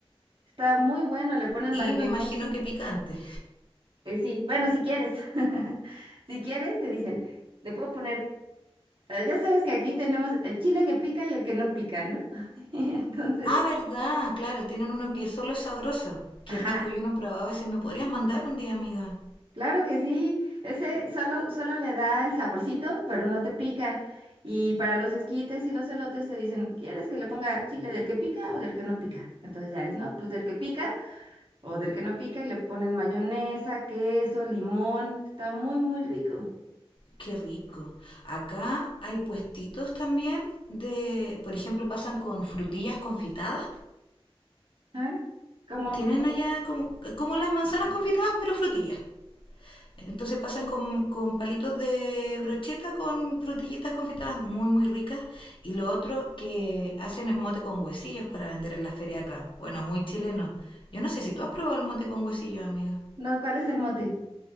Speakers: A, on the right; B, on the left.
A: Está muy bueno, le ponen
B: Y
A: mayonesa.
B: me imagino que picante.
A: Eh, sí, bueno, si quieres, <laughs> si quieres, te dicen, le puedo poner, eh, ya sabes que aquí tenemos el chile que pica y el que no pica, ¿no? <laughs> Entonces,
B: Ah, ¿verdad? Claro, tienen uno que solo es sabroso. ¡Qué
A: ajá,
B: rico! Yo no he probado ese. ¿Me podrías mandar un día, amiga?
A: claro que sí, ese solo, solo le da el saborcito, pero no te pica. Y para los esquites y los elotes te dicen, ¿quieres que le ponga chile del que pica o del que no pica? Entonces ya les, no, pues del que pica o del que no pica y le ponen mayonesa, queso, limón, está muy, muy rico.
B: Qué rico. Acá hay puestitos también de, por ejemplo, pasan con frutillas confitadas.
A: ¿Ah? Como,
B: Tienen allá como, como las manzanas confitadas, pero frutillas. Entonces pasan con, con palitos de brocheta con frutillitas confitadas muy, muy ricas. Y lo otro que hacen es mote con huesillos para vender en la feria acá. Bueno, muy chileno. Yo no sé si tú has probado el mote con huesillos, amiga.
A: no, ¿cuál es el mote?